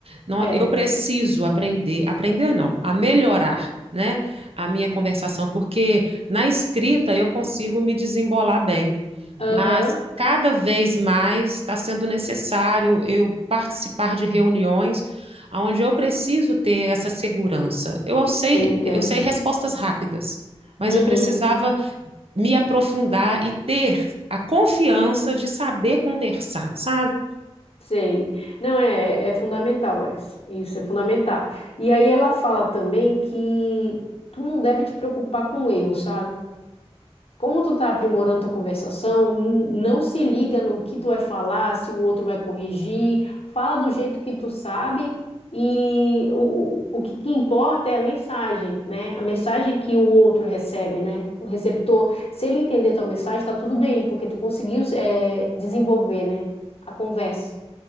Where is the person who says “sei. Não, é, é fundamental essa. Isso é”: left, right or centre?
Left